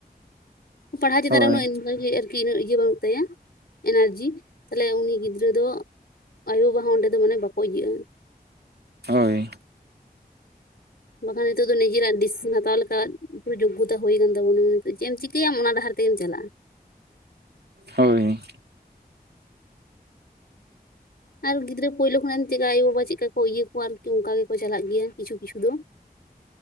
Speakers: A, on the left; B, on the right.
A: ᱯᱟᱲᱦᱟᱣ ᱪᱮᱛᱟᱱ
B: ᱦᱳᱭ
A: ᱨᱮ ᱩᱱᱟᱹᱜ ᱠᱤ ᱩᱱᱟᱹᱜ ᱤᱭᱟᱹ ᱵᱟᱹᱱᱩᱜ ᱛᱟᱭᱟ ᱮᱱᱟᱨᱡᱤ ᱛᱟᱦᱚᱞᱮ ᱩᱱᱤ ᱜᱤᱫᱽᱨᱟᱹ ᱫᱚ ᱟᱭᱳ-ᱵᱟᱵᱟ ᱦᱚᱸ ᱚᱸᱰᱮ ᱫᱚ ᱢᱟᱱᱮ ᱵᱟᱠᱚ ᱤᱭᱟᱹᱜᱼᱟ
B: ᱦᱳᱭ ᱾
A: ᱵᱟᱠᱷᱟᱱ ᱱᱤᱛᱚᱜ ᱫᱚ ᱱᱤᱡᱮᱨᱟᱜ ᱰᱤᱥᱤᱥᱮᱱ ᱦᱟᱛᱟᱣ ᱞᱮᱠᱟ ᱯᱩᱨᱟᱹ ᱡᱳᱜᱽᱼᱛᱟ ᱦᱩᱭ ᱠᱟᱱ ᱛᱟᱵᱚᱱᱟ, ᱱᱤᱛᱳᱜ ᱪᱮᱫ ᱮᱢ ᱪᱤᱠᱟᱹᱭᱟᱢ ᱚᱱᱟ ᱰᱟᱦᱟᱨ ᱛᱮᱜᱮᱢ ᱪᱟᱞᱟᱜᱼᱟ,
B: ᱦᱳᱭ᱾
A: ᱟᱨ ᱜᱤᱫᱽᱨᱟᱹ ᱯᱩᱭᱞᱳ ᱠᱷᱚᱱᱟᱜ ᱪᱮᱜ ᱠᱟ ᱟᱭᱳᱼᱵᱟᱵᱟ ᱪᱮᱜ ᱠᱟ ᱤᱭᱟᱹ ᱠᱚᱣᱟ ᱟᱨᱠᱤ ᱚᱸᱠᱟ ᱜᱮᱠᱚ ᱪᱟᱞᱟᱜ ᱜᱮᱭᱟ ᱠᱤᱪᱷᱩ ᱠᱤᱪᱷᱩ ᱫᱚ᱾